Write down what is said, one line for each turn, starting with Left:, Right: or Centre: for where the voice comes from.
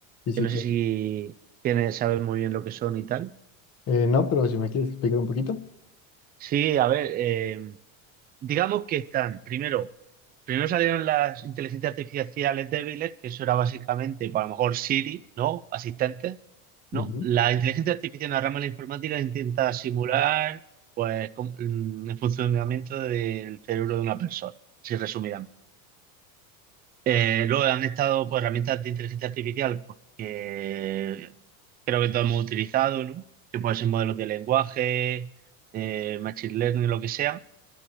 Left: Y sí,
Right: que no
Left: claro.
Right: sé si tienes, sabes muy bien lo que son y tal.
Left: Eh, no, pero si me quieres explicar un poquito.
Right: Sí, a ver, eh, Digamos que están, primero, primero salieron las inteligencias artificiales débiles, que eso era básicamente, pues, a lo mejor Siri, ¿no? Asistentes,
Left: Ujú.
Right: ¿no? La inteligencia artificial en la rama de la informática intenta simular, pues, com- mm, el funcionamiento del cerebro de una persona, si resumidamente. Eh, luego han estado, pues, herramientas de inteligencia artificial, pues, que creo que todos hemos utilizado, ¿no? Que pueden ser modelos de lenguaje, eh, machine learning, lo que sea